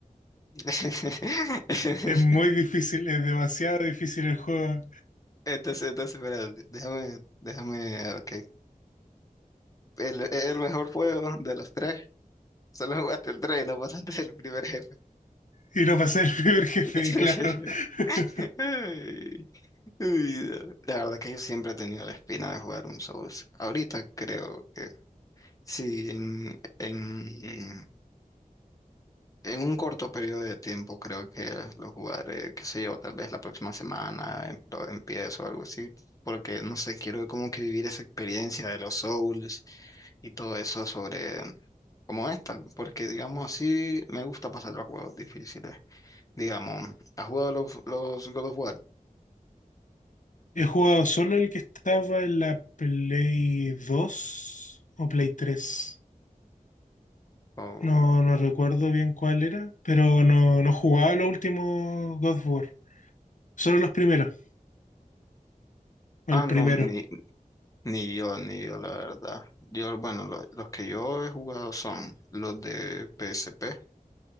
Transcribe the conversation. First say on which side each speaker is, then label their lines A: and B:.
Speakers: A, on the left; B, on the left.
A: <laughs>
B: Es muy difícil, es demasiado difícil el juego.
A: Entonces, entonces, espera, déjame, déjame, ah, ok. El, el mejor juego de los tres. Solo jugaste el tres y no pasaste el primer jefe.
B: Y no pasé el primer
A: <laughs>
B: jefe, claro. <laughs>
A: Ay, ay, La verdad que yo siempre he tenido la espina de jugar un Souls. Ahorita creo que sí, en, en En un corto periodo de tiempo creo que lo jugaré, qué sé yo, tal vez la próxima semana em- lo empiezo o algo así, porque no sé, quiero como que vivir esa experiencia de los Souls y todo eso sobre cómo es tal, porque digamos así me gusta pasar los juegos difíciles. Digamos, ¿has jugado los, los God of War?
B: He jugado solo el que estaba en la Play dos o Play tres.
A: O-
B: No, no recuerdo bien cuál era, pero no, no jugaba los últimos God of War. Solo los primeros, o
A: ah,
B: el
A: no,
B: primero.
A: ni, ni yo, ni yo, la verdad. Yo, bueno, lo- los que yo he jugado son los de PSP